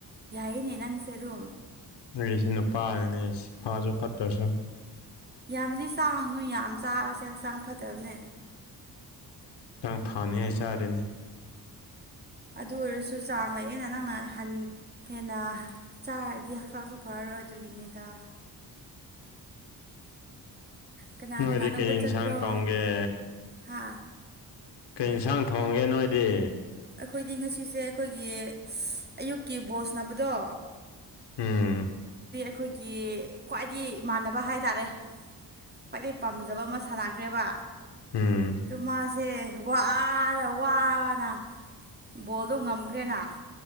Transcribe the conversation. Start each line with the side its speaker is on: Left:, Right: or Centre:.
Right: ꯌꯥꯏꯅꯦ ꯅꯪꯁꯦ ꯑꯗꯨꯝ
Left: ꯑꯩꯒꯤꯁꯤ ꯅꯨꯄꯥꯅꯤꯅꯦ ꯐꯥꯁꯨ ꯐꯠꯇ꯭ꯔꯁꯨ
Right: ꯌꯥꯝꯅꯗꯤ ꯆꯥꯎꯅꯨ ꯌꯥꯝ ꯆꯥꯕꯁꯦ ꯍꯛꯆꯥꯡ ꯐꯠꯇꯕꯅꯦ
Left: ꯍꯈꯤꯇꯥꯡ ꯐꯥꯅꯤ ꯍꯥꯏ ꯆꯥꯔꯦꯅꯦ
Right: ꯑꯗꯨ ꯑꯣꯏꯔꯁꯨ ꯆꯥꯡ ꯂꯩꯑꯦꯅ ꯅꯪꯅ ꯍꯟ ꯍꯦꯟꯅ ꯆꯥꯔꯗꯤ ꯍꯛꯆꯥꯡꯁꯨ ꯐꯔꯔꯣꯏ ꯑꯗꯨꯒꯤꯅꯤꯗ ꯀꯅꯥ
Left: ꯅꯣꯏ
Right: ꯀꯅꯥ ꯂꯧꯕ
Left: ꯀꯦ ꯏꯟꯁꯥꯡ
Right: ꯆꯠꯄ꯭ꯔꯣ
Left: ꯇꯣꯡꯒꯦ
Right: ꯍꯥ
Left: ꯀꯩ ꯌꯦꯟꯁꯥꯡ ꯊꯣꯡꯒꯦ ꯅꯣꯏꯗꯤ
Right: ꯑꯩꯈꯣꯏꯗꯤ ꯉꯁꯤꯁꯦ ꯑꯩꯈꯣꯏꯒꯤ ꯑꯌꯨꯛꯀꯤ ꯕꯣꯁꯅꯕꯗꯣ
Left: ꯎꯝ
Right: ꯑꯩꯈꯣꯏꯒꯤ ꯈ꯭ꯋꯥꯏꯗꯒꯤ ꯏꯃꯥꯟꯅꯕ ꯍꯥꯏꯇꯥꯔꯦ ꯈ꯭ꯋꯥꯏꯗꯩ ꯄꯥꯝꯖꯕ ꯑꯃ ꯁꯥꯟꯅꯈ꯭ꯔꯦꯕ
Left: ꯎꯝ
Right: ꯑꯗꯨ ꯃꯥꯁꯦ ꯋꯥꯔꯦ ꯋꯥꯅ ꯕꯣꯗꯣ ꯉꯝꯈ꯭ꯔꯦꯅ